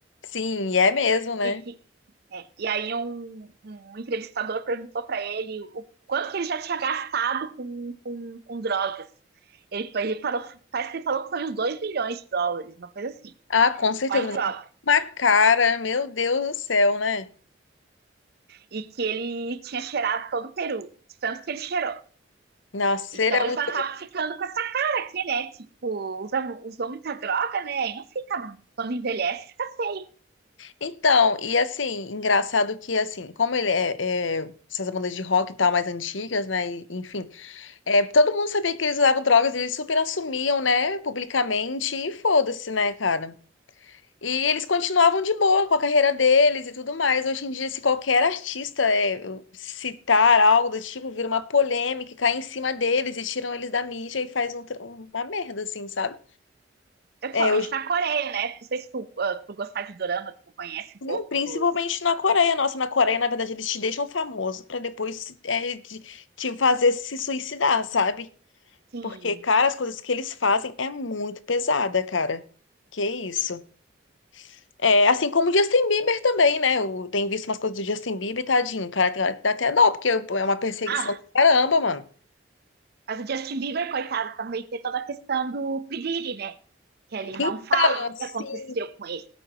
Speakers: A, on the left; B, on the right.
A: Sim, é mesmo, né?
B: E, e que é, e aí um, um entrevistador perguntou para ele o quanto que ele já tinha gastado com, com, com drogas. Ele, ele falou, parece que ele falou que foi uns 2 milhões de dólares, uma coisa assim,
A: Ah, com certeza.
B: só em drogas.
A: Mas é uma cara, meu Deus do céu, né?
B: e que ele tinha cheirado todo o Peru, de tanto que ele cheirou.
A: Nossa,
B: Então
A: ele é
B: eles
A: muito.
B: acabam ficando com essa cara aqui, né? Tipo, usa, usou muita droga, né? E não fica, quando envelhece, fica feio.
A: Então, e assim, engraçado que assim, como ele é, é, essas bandas de rock e tal mais antigas, né? e, enfim, é, todo mundo sabia que eles usavam drogas, e eles super assumiam, né, publicamente, e foda-se, né, cara? E eles continuavam de boa com a carreira deles e tudo mais. Hoje em dia, se qualquer artista é, citar algo do tipo, vira uma polêmica, e cai em cima deles e tiram eles da mídia e faz um tra- uma merda, assim, sabe?
B: Principalmente
A: É,
B: na Coreia, né? Não sei se tu, uh, tu gostar de dorama, tu conhece um
A: Sim,
B: pouco
A: Principalmente
B: dos.
A: na Coreia. Nossa, na Coreia, na verdade, eles te deixam famoso pra depois é, de- te fazer se suicidar, sabe?
B: Sim.
A: Porque, cara, as coisas que eles fazem é muito pesada, cara. Que isso. É, assim como o Justin Bieber também, né? Eu tenho visto umas coisas do Justin Bieber, tadinho, cara, tem hora que dá até dó, porque é uma perseguição
B: Ah,
A: do caramba, mano.
B: mas o Justin Bieber, coitado, também tem toda a questão do piriri, né? Que ele
A: Então,
B: não fala o
A: assim,
B: que aconteceu com ele.